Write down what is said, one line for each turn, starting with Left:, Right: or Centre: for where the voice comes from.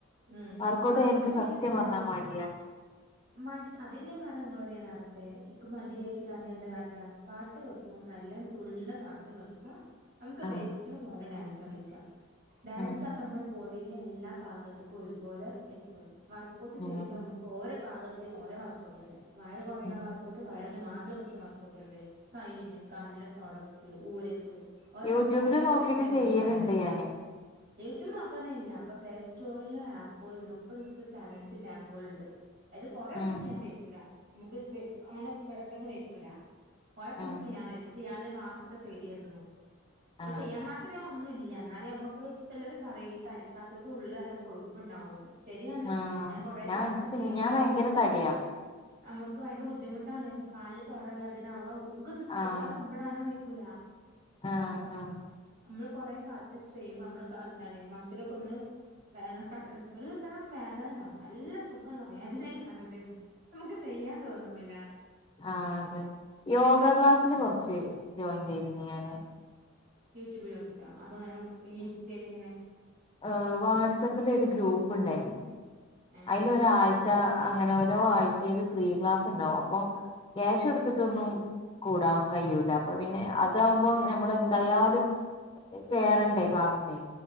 Right: ഉം
Left: വർക്കഔട്ട്
Right: വർക്കൗട്ട്
Left: ചെയ്യാൻ എനിക്ക്
Right: മിൻ
Left: സത്യം
Right: എന്താണ്
Left: പറഞ്ഞാ മടിയാ
Right: മടിച്ച് അതല്ലേ പറഞ്ഞ് ഇങ്ങളോട് ഞ്ഞാൻ നേറത്തെ ഇക്ക് മടിയായിട്ട് ഇക്കറിയ എന്താ എന്താ കാട്ടാ പാട്ട് വെക്കും നല്ലം തുള്ള്ണ പാട്ടും വെക്കാ നമുക്ക്
Left: ആഹ്
Right: വയ്ക്ക്ണ പോലെ ഡാൻസ് കളിക്കാ ഡാൻസ്ന്ന്
Left: ആഹ്
Right: പറഞ്ഞാ നമ്മളെ ബോഡിയിലെ എല്ലാ ഭാഗ ക്ക ഒരുപോലെ എത്തും വർക്ക ഔട്ട് ചെയ്യുമ്പോ
Left: ആഹ്
Right: നമുക്ക് ഓരോ ഭാഗത്തും ഓരോ വർക്കഔട്ടുണ്ട് വയർ കുറയാനുള്ള
Left: ഉം
Right: വർക്ക്‌ ഔട്ട്‌ വയറിനു മാത്രം കിട്ടുന്ന വർക് ഔട്ട്‌ ഉണ്ട്‌,, കയ്യിന്നു കാലിന്! തുടയ്ക്ക് ഊരക്ക് ഓരോ
Left: യൂട്യൂബില്
Right: സെക്ഷൻ
Left: നോക്കിട്ട്
Right: സെക്ഷൻ
Left: ചെയ്യലുണ്ട്
Right: ആയിക്കാരൻ
Left: ഞാന്
Right: യൂട്യൂബ് നോക്കണില്ല അപ്പ പ്ലേസ് സ്റ്റോറില് ആപ്പൾ ഉണ്ട് മുപ്പത് ദിവസത്തെ ചലഞ്ചിന്റെ ആപ്പുകൾ ഉണ്ട് അത് കൊറെ നമുക്ക്
Left: ഉം
Right: ചെയ്യാൻ പഴക്കൂല നമുക്ക് അങ്ങനെ പെട്ടെന്ന് വെക്കൂല കൊറക്ക
Left: ഉം
Right: നമുക്ക് ചെയ്യാൻ വ കുട്ടി ഞാനൊരു മാസംക്കെ ചെയ്തിരുന്നു ഒക്കെ
Left: ആഹ്
Right: ചെയ്യാൻ മാത്ര അത്രയാ ഒന്നുമല്ല എന്നാലേ നമ്മുക്ക് ചിലർ പറയും ഈ തടിക്കാത്തവക്കക്ക് ഉള് നല്ല കൊഴുപ്പുണ്ടാവന്ന് ശരിയാണ്
Left: ആഹ്
Right: ഞാൻ കൊറെ കാലത്ത്
Left: എനിക്ക്
Right: ചെയ്യുമ്പോ
Left: ഞാൻ
Right: ഞമ്മുക്ക്
Left: ഭയങ്കര തടിയാ
Right: നമുക്ക് ഭയങ്കര ബുദ്ധിമുട്ടാണ് കാലില് തൊട വേദന ആവാ നമുക്ക് നിസ്കരിക്കാൻ
Left: ആഹ്
Right: കുമ്പിട ടാനോ വെയ്ക്കൂല്ല
Left: ആഹ് ആഹ്
Right: നമ്മള് കൊറെ കാലത്ത് ചെയ്യുമ്പോൾ നമ്മള് എന്താണ് മസലൊക്കെ ഒന്ന് വേ ക ഒരു തരം വേദന ഉണ്ടാവും നല്ല സുഖമുള്ള വേദനയക്കാലാതം നമുക്ക് ചെയ്യാൻ തോന്നൂല
Left: ആ അതെ യോഗ ക്ലാസ്സില് കുറച്ച് ജോയിൻ ചെയ്തിരുന്നു ഞാന്
Right: യൂട്യൂബിൽ നോക്കിയിട്ടൊ അത അങ്ങനെ ഇൻസ്റ്റയിൽ ഇങ്ങനെ
Left: ആ വാട്സആപ്പില ഒരു ഗ്രൂപ്പു ണ്ടായിരുന്നു
Right: ആഹ്
Left: അതിലൊരാഴ്ച അങ്ങനെ ഓരോ ആഴ്ചേൽ ഫ്രീ ക്ലാസ് ഉണ്ടാാവും അപ്പൊ ക്യാഷ് കൊടുത്തിട്ടൊന്നും കൂടാൻ കഴിയൂല അപ്പൊ പിന്നെ അതാകുമ്പോൾ നമ്മളെന്തായാലും കേറണ്ടേ ക്ലാസ്സിന്